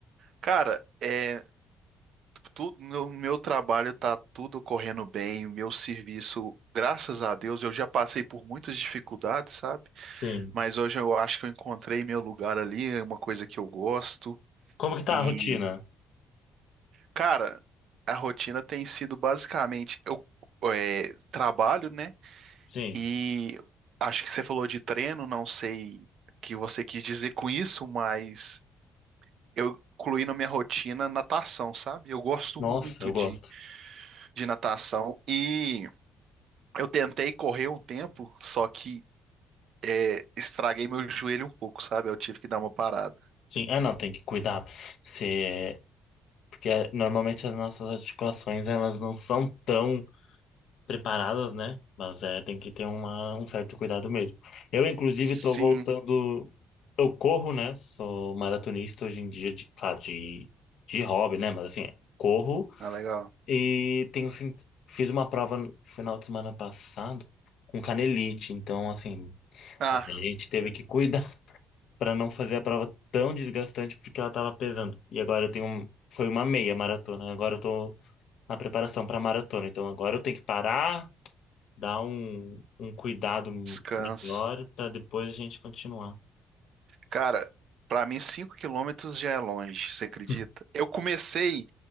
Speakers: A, on the right; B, on the left.
A: Cara, é, tudo, meu, meu trabalho tá tudo correndo bem, o meu serviço, graças a Deus, eu já passei por muitas dificuldades, sabe?
B: Sim.
A: Mas hoje eu acho que eu encontrei meu lugar ali, é uma coisa que eu gosto.
B: Como que tá
A: E,
B: a rotina?
A: cara, a rotina tem sido basicamente, eu é, trabalho, né?
B: Sim.
A: E acho que você falou de treino, não sei o que você quis dizer com isso, mas eu incluí na minha rotina natação, sabe? Eu gosto
B: Nossa,
A: muito
B: eu
A: de,
B: gosto.
A: de natação e eu tentei correr um tempo, só que é, estraguei meu joelho um pouco, sabe? Eu tive que dar uma parada.
B: Sim, é, não, tem que cuidar. Se... é, Porque é, normalmente as nossas articulações, elas não são tão preparadas, né? Mas é, tem que ter uma, um certo cuidado mesmo. Eu, inclusive,
A: Sim,
B: tô voltando... Eu corro, né? Sou maratonista hoje em dia, de, claro, de, de hobby, né? Mas assim, é, corro
A: ah, legal.
B: e tenho... sim- Fiz uma prova no final de semana passado com canelite. Então, assim,
A: Ah,
B: até a gente teve que cuidar para não fazer a prova tão desgastante porque ela tava pesando. E agora eu tenho um, foi uma meia maratona, agora eu tô na preparação para maratona. Então agora eu tenho que parar, dar um, um cuidado
A: descanso.
B: melhor para depois a gente continuar.
A: Cara, pra mim 5 quilômetros já é longe, você acredita?
B: <laughs>
A: Eu comecei,